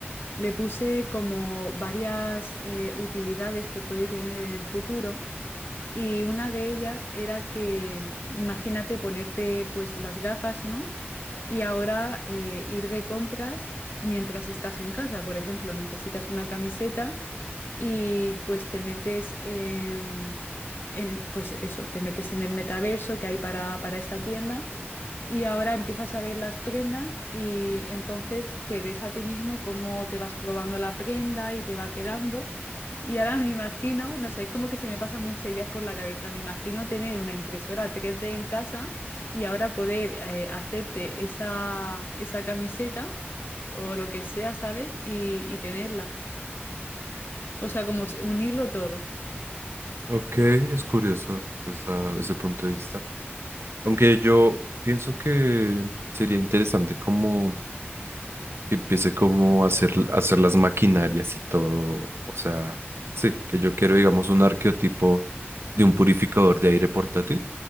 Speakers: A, on the left; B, on the right.
A: le puse como varias eh, utilidades que puede tener en el futuro y una de ellas era que, imagínate ponerte pues las gafas, ¿no? Y ahora eh, ir de compras mientras estás en casa, por ejemplo, necesitas una camiseta. y pues te metes em, en, pues eso, te metes en el metaverso que hay para, para esa tienda y ahora empiezas a ver las prendas y entonces te ves a ti mismo cómo te vas probando la prenda y te va quedando. Y ahora me imagino, no sé, es como que se me pasan muchas ideas por la cabeza. Me imagino tener una impresora 3D en casa y ahora poder eh, hacerte esa, esa camiseta o lo que sea, ¿sabes? Y, y tenerla. O sea, como s- unirlo todo.
B: Ok, es curioso esa- ese punto de vista. Aunque yo pienso que sería interesante como que empiece como a hacer, a hacer las maquinarias y todo. O sea, sí, que yo quiero, digamos, un arqueotipo de un purificador de aire portátil